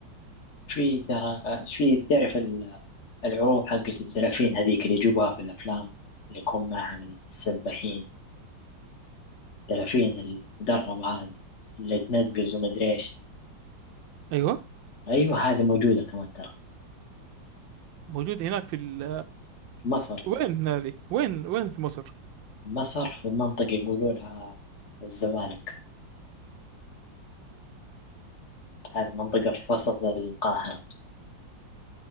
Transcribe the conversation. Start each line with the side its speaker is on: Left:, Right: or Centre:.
Left: في ترى في تعرف ال- العروض حقت الدلافين هذيك اللي يجيبوها في الأفلام اللي يكون معها السباحين الدلافين المدربة هذه اللي تنقز ومدري ايش
Right: ايوه
Left: ايوه هذه موجودة كمان ترى
Right: موجود هناك في ال...
Left: مصر
Right: وين هذه وين وين في مصر
Left: مصر في منطقة يقولوا لها الزمالك هذه منطقة في وسط القاهرة